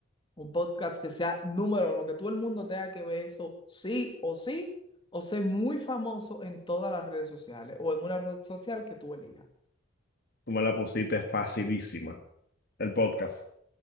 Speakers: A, on the left; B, on the left.
A: Un podcast que sea número uno, que todo el mundo tenga que ver eso sí o sí, o ser muy famoso en todas las redes sociales o en una red social que tú elijas.
B: Tú me la pusiste facilísima, el podcast.